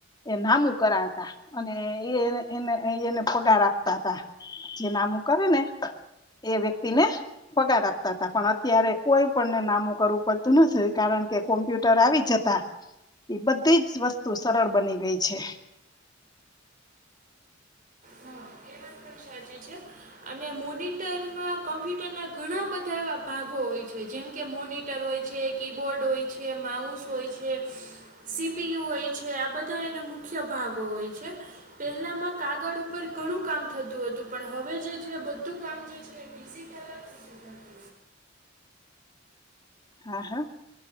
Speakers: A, on the left; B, on the right.
A: એ નામું કરાતા અને એને એને પગાર આપતા હતા. જે નામું કરે ને એ વ્યક્તિ ને પગાર આપતા હતા પણ અત્યારે કોઈ પણને નામું કરવું પડતું નથી કારણ કે કોમ્પ્યુટર આવી જતા એ બધી જ વસ્તુ સરળ બની ગઈ છે.
B: હા <inaudible> સાચી છે. અને મોનિટરમાં કમ્પ્યુટર ના ઘણા બધા એવા ભાગો હોય છે. જેમ કે મોનીટર હોય છે, કીબોર્ડ હોય છે, માઉસ હોય છે. સીપીયુ હોય છે આ બધા એના મુખ્ય ભાગો હોય છે. પેલામાં કાગળ ઉપર ઘણું કામ થતું હતું પણ હવે જે છે બધું કામ જે છે એ ડિજિટલ જ થઈ જાય છે.
A: હા હા